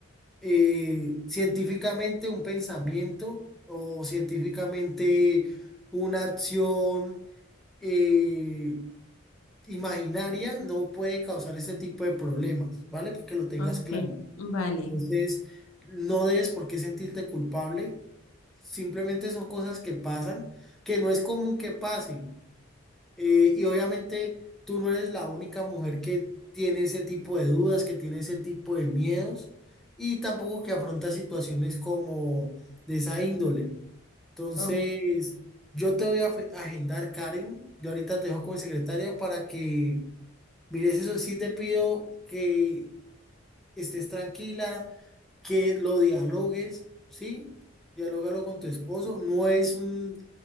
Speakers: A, in the centre; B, on the left (about 80°).
A: eh, científicamente un pensamiento o científicamente una acción eh, imaginaria no puede causar ese tipo de problemas, ¿vale? Para que lo tengas
B: okay,
A: claro.
B: vale.
A: Entonces, no debes por qué sentirte culpable. Simplemente son cosas que pasan, que no es común que pasen. Eh, y obviamente tú no eres la única mujer que tiene ese tipo de dudas, que tiene ese tipo de miedos y tampoco que afronta situaciones como de esa índole. Entonces,
B: Oh,
A: yo te voy a fe- agendar, Karen. Yo ahorita te dejo como secretaria para que mires eso. Sí te pido que estés tranquila, que lo dialogues, ¿sí? Dialógalo con tu esposo. No es un